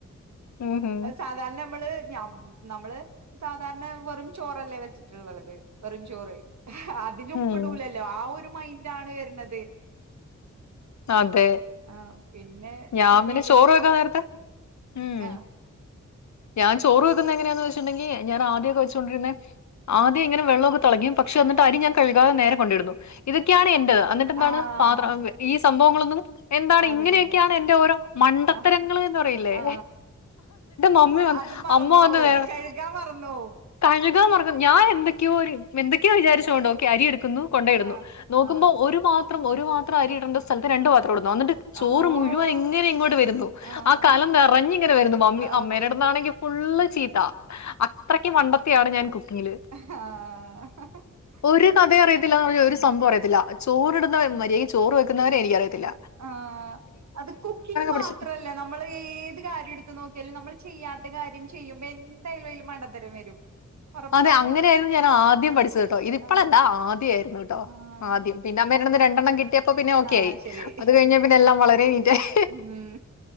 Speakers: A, on the left (about 70°); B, on the right (about 70°).
A: ഉ ഉം ഹും
B: സാധാരണ നമ്മള് ഞ നമ്മള് സാധാരണ വെറും ചോറല്ലേ വെച്ചിട്ടുള്ളത് വെറും ചോറ്. അതില് ഉപ്പിടൂലല്ലോ
A: ഉം
B: ആ ഒരു മൈൻഡ് ആണ് വരുന്നത്.
A: അതെ
B: ആഹ് പിന്നെ
A: ഞാൻ
B: ബിരിയാണിക്കൊക്കെ
A: പിന്നെ ചോറ് വെക്കാൻ നേരത്തെ ഉം
B: ആഹ്.
A: ഞാൻ ചേറ് വെക്കുന്നത് എങ്ങനെയാണെങ്കി ഞാൻ ആദ്യാക്കെ വച്ചുക്കൊണ്ടിരുന്നെ. ആദ്യം ഇങ്ങനെ വെള്ളമക്കെ തിളക്കും. പക്ഷേ എന്നിട്ട് അരി ഞാൻ കഴുക്കാതെ നേരെ കൊണ്ട് ഇടുന്നു. ഇതൊക്കെയാണ് എന്റെത്. എന്നിട്ട് എന്താണ്
B: ആഹ്
A: പാത്ര ഈ സംഭവങ്ങളൊന്നും. എന്താണ്
B: അറിയില്ല
A: ഇങ്ങനെയൊക്കെയാണ് എൻറെ ഓരോ മണ്ടത്തരങ്ങൾ
B: ആ
A: എന്ന് പറയില്ലേ.
B: ആ
A: മമ്മി വ
B: അത് മറന്നോവും
A: അമ്മ വന്ന് വേഗം
B: കഴുകാൻ മറന്നോവും
A: കഴുകാൻ നടക്കും. ഞാൻ എന്തൊക്കെയോ എന്തൊക്കെയോ വിചാരിച്ചോണ്ട് ഓക്കെ അരി എടുക്കുന്നു കൊണ്ടെയിടുന്നു.
B: ആ
A: നോക്കുമ്പോ
B: ആ
A: ഒരു പാ ഒരു പാത്രം അരിയിടണ്ട സ്ഥലത്ത് രണ്ട് പാത്രം ഇടുന്നു അന്നിട്ട്. ചോറ്
B: ആ ഓ
A: മുഴുവൻ ഇങ്ങനെ ഇങ്ങോട്ട് വരുന്നു.
B: ആഹ്
A: ആ കലം നിറഞ്ഞിങ്ങനെ വരുന്നു മമ്മി.
B: അതെ
A: അമ്മേടെ അടുത്തിന്നാണെങ്കിൽ ഫുള്ള് ചീത്ത അത്രക്കും മണ്ടത്തിയാണ് ഞാൻ കുക്കിങ്ങില്
B: ആഹ്.
A: ഒരു കഥ അറിയത്തില്ല, ഒരു
B: ഉം
A: സംഭവം അറിയത്തില്ല. ചോറിടുന്ന മര്യാദ് ചോറ് വെക്കുന്നവരെ എനിക്ക് അറിയത്തില്ല.
B: ആഹ് അത് കുക്കിംഗ് മാത്രല്ല.
A: പഠിച്ചു.
B: നമ്മള് ഏത് കാര്യം എടുത്ത് നോക്കിയാലും, നമ്മൾ ചെയ്യാത്ത കാര്യം ചെയ്യുമ്പോ എന്തായാലും അതിൽ മണ്ടത്തരം വരും. ഒറപ്പാണ്
A: അതെ അങ്ങനെയായിരുന്നു ഞാൻ ആദ്യം പഠിച്ചത് കേട്ടോ. ഇത് ഇപ്പോഴല്ല,
B: ആഹ്
A: ആദ്യമായിരുന്നു കേട്ടോ
B: ആഹ്
A: ആദ്യം. പിന്നെ അമ്മേടടുത്തുന്ന് രണ്ടെണ്ണം കിട്ടിയ അപ്പൊ പിന്നെ ഓക്കെ
B: ആഹ്
A: ആയി.
B: ശരിയായി
A: അത് കഴിഞ്ഞ പിന്നെ എല്ലാം വളരെ നീറ്റായി.
B: ഉം